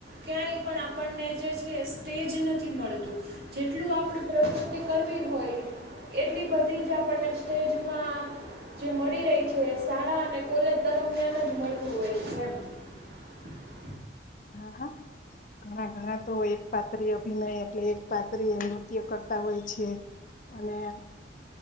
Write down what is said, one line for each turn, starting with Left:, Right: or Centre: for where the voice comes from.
Right: ક્યાંય પણ આપણને જે છે સ્ટેજ નથી મળતું જેટલું. આપ પ્રવૃતિ કરવી હોય એટલી બધી જ આપણને સ્ટેજમાં જે મળી રહી છે, શાળા અને કોલેજ દરમિયાન જ મળતું હોય છે એમ <unintelligible>
Left: હા હા ઘણા ઘણા તો એક પાત્રી અભિનય એટલે એક પાત્રી નૃત્ય કરતા હોય છે. અનેને